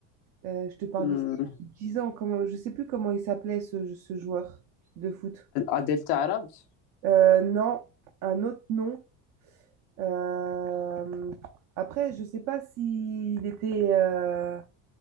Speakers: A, on the right; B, on the left.
A: Euh, je te parle
B: Hmm.
A: de 10 ans, comment, je sais plus comment il s'appelait ce, ce joueur de foot.
B: Adel Taarabt?
A: Euh, non, un autre nom. Euh, après, je sais pas s'il était... euh,